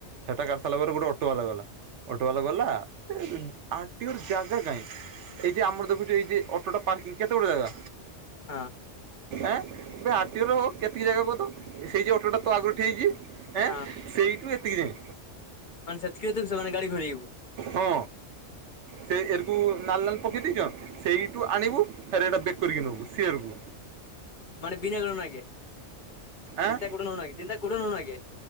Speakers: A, on the right (about 75°); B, on the left (about 50°).
A: ସେଟା କାଟି ସାରିଲା ପରେ ଗୋଟେ ଅଟୋ ବାଲା ଗଲା। ଅଟୋ ବାଲା ଗଲା <unintelligible> ଆ ଆଟିର ଜ୍ଗା କାହିଁ ଏଇ ଯେ ଆମର ଦେଖୁଛୁ ଏଇ ଯେ ଅଟୋଟା ପାର୍କିଂ କେତେ ଗୋଟଏ ଜାଗା
B: ହଁ
A: ଏଁ ଏ ଆର୍ଟିଓର କେତିକି ଜାଗା କହ ତ ସେଇ ଯୋଉ ଅଟୋଟା ତୋ ଆଗରୁ ଠିଆ ହେଇଛି। ଏଁ
B: ହଁ
A: ସେଇଠୁ ଏତିକି ଯାଏଁ।
B: ମାନେ ସେତକି ତୁ ସେମାନେ ଗାଡି ଘୋରେଇଇବୁ।
A: ହଁ ସେ ଏରଗୁ ନାଲ ନାଲ ପକେଇ ଦେଇଛ ସେଇଠୁ ଆଣିବୁ ଫେର ଏଇଟା ବେକ୍ କରିକି ନେବୁ ସିଏରଗୁ।
B: ମାନେ ବନା ଗନଗେ
A: ଆଁ
B: ଚିନ୍ତା କ ଚିନ୍ତା କଡନଗେ